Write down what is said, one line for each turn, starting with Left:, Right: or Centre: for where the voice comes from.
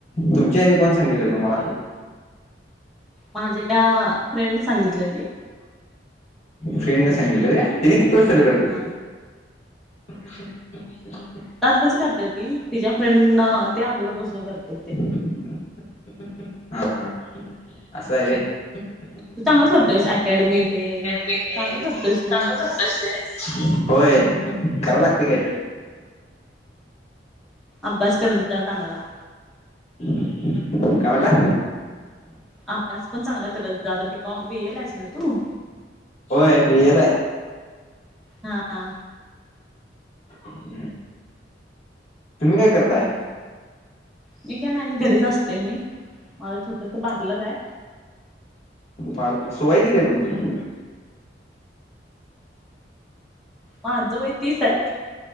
Left: तुमची कोण सांगितलं तुम्हाला.
Centre: माझ्या ए का फ्रेंडने सांगितलेली.
Left: फ्रेंड न सांगितलेलं त्याने कती वर्ष चाू करतात.
Centre: हा
Left: <inaudible>
Centre: आताच करत्या ती. तिच्या फ्रेंडन ते अगोदर पासनं करत्यात ते.
Left: हा हा. असं हाय व्हय? <unintelligible>
Centre: तू चांगलं करतोयस अकॅडमी ते
Left: चांगलं
Centre: करतोयस ते
Left: करतोयस ते. होय, कराय लागतय कायतर.
Centre: अभ्यास करत जा चांगला.
Left: काय म्हणला?
Centre: अभ्यास पण चांगला करत जा. आता बी. कॉम, बी. ए ला आहेस ना तू?
Left: होय बी. ए ला हाय.
Centre: हा हा.
Left: आहे. तुम्ही काय करताय?
Centre: हम्म मी काय नाय, मी घरीच असते मी. माझं छोटसं पार्लर हाय.
Left: पार्ल अस वय कितीय तुमचं मग?
Centre: माझं वय तीस हाय.